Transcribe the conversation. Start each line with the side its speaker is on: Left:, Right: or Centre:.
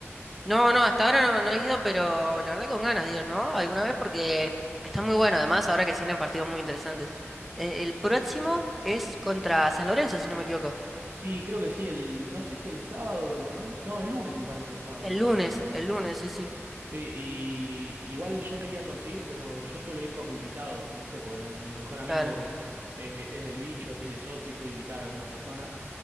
Centre: No, no, hasta ahora no, no he ido, pero la verdad con ganas de ir, ¿no? Alguna vez porque está muy bueno, además, ahora que se vienen partidos muy interesantes. Eh, el próximo es contra San Lorenzo, si no me equivoco.
Right: Sí, creo que sí, el, no sé si el sábado o el domingo, no, el lunes me parece juegan contra
Centre: El lunes,
Right: San Lorenzo.
Centre: el lunes, sí, sí,
Right: Sí, y igual yo quería conseguir, pero yo suelo ir como invitado, ¿viste? Porque mi mejor amigo
Centre: claro.
Right: eh, es, del bicho, tiene socio y puede invitar a algunas personas.